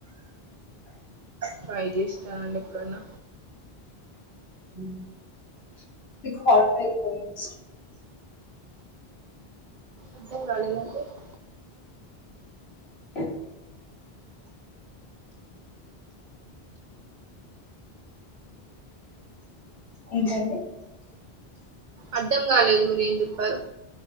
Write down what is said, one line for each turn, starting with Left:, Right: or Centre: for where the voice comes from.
Right: ట్రై చేస్తానండి ఎప్పుడన్న
Left: <unintelligible>
Right: <unintelligible>
Left: అ ఏంటండి
Right: అర్ధం కాలేదు మీరు ఏం చెప్పారో